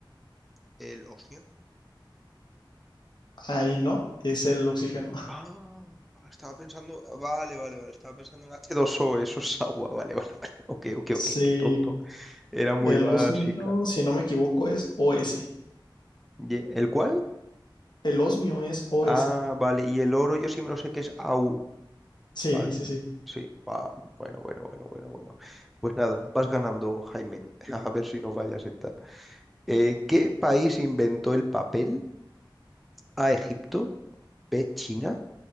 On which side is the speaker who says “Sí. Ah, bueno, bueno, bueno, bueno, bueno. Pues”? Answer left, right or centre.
Centre